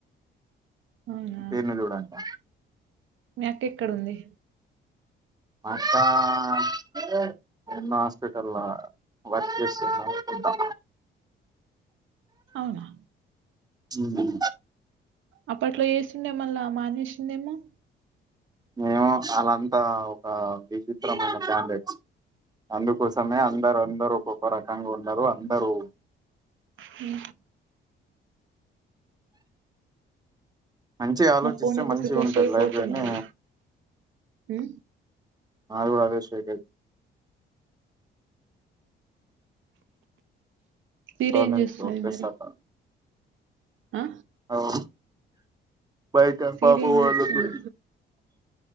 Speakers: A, on the right (about 80°); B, on the right (about 20°).
A: అవునా
B: పేరును చూడండి
A: మీ అక్క ఎక్కడుంది
B: అక్కా అంటే ఉన్న హాస్పిటల్ వర్క్ చేస్తుంది అనుకుంటా
A: అవునా
B: ఉమ్మ్
A: అప్పట్లో చెస్తుండే మళ్ళా మానేసిందేమో
B: ఏమే అలాంతా ఒక విచిత్రమైన క్యాండెట్ అందుకోసమే అందరు అందరు ఒకొక్క రకంగా ఉన్నారు అందరూ
A: హు
B: మంచిగ ఆలోచిస్తే
A: నా ఫోన్ ఎందుకు
B: మంచిగ
A: ఇట్లా
B: ఉంటది
A: షేక్
B: లైఫ్
A: అవుతున్నది
B: గని
A: ఉమ్
B: మదీ కూడ అదే షేక్
A: సీరి
B: సాలన్
A: ఏం చేస్తున్నది
B: కో బెసాత
A: మరి ఆ
B: అవ్ బైట
A: సీరి
B: పాప
A: ఏం
B: పండుకుంది
A: చేస్తుంది